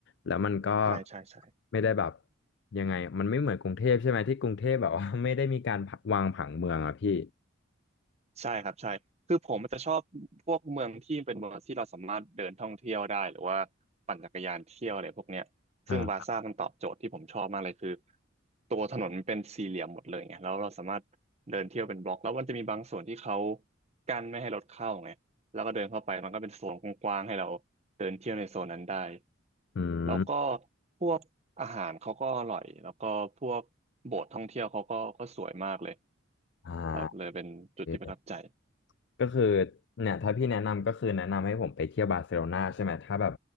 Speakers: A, on the left; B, on the right.
A: แล้วมันก็
B: ใช่ใช่ใช่
A: ไม่ได้แบบยังไงมันไม่เหมือนกรุงเทพใช่ไหมที่กรุงเทพแบบว่า <laughs> ไม่ได้มีการวางผังเมืองอะพี่
B: ใช่ครับใช่คือผมมันจะชอบพวกเมืองที่เป็นเมืองที่เราสามารถเดินท่องเที่ยวได้หรือว่าปั่นจักรยานเที่ยวอะไรพวกเนี้ยซึ่งวาซ่ามันตอบโจทย์ที่ผมชอบมากเลยคือ
A: อ่า
B: ตัวถนนมันเป็นสี่เหลี่ยมหมดเลยไงแล้วเราสามารถเดินเที่ยวเป็นบล็อกแล้วมันจะมีบางส่วนที่เขากั้นไม่ให้รถเข้าไงแล้วก็เดินเข้าไปมันก็เป็นโซนกว้างๆให้เราเดินเที่ยวในโซนนั้นได้
A: อืม
B: แล้วก็พวกอาหารเขาก็อร่อยแล้วก็พวกโบสถ์ท่องเที่ยวเขาก็ก็สวยมากเลย
A: อ่า
B: แบบเลยเป็นจุดที่ประทับใจ
A: โอเคก็คือเนี่ยถ้าพี่แนะนำก็คือแนะนำให้ผมไปเที่ยวบาร์เซโลนาใช่ไหมถ้าแบบ